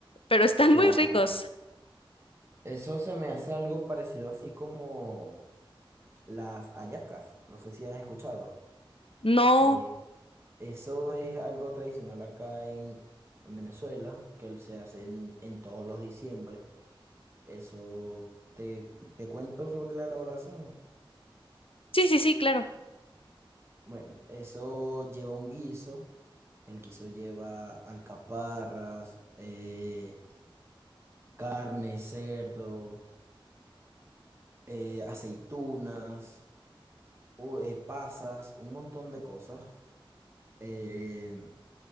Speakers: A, on the left; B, on the right.
A: Pero están
B: Claro,
A: muy ricos.
B: claro. Eso se me hace algo parecido así como las hallacas. No sé si has escuchado.
A: No,
B: Eh, eso es algo tradicional acá en, en Venezuela, que se hace en, en todos los diciembre. Eso, te, te cuento sobre la elaboración.
A: sí, sí, sí, claro.
B: Bueno, eso lleva un guiso. El guiso lleva alcaparras, eh, carne, cerdo, eh, aceitunas, u- eh, pasas, un montón de cosas. eh,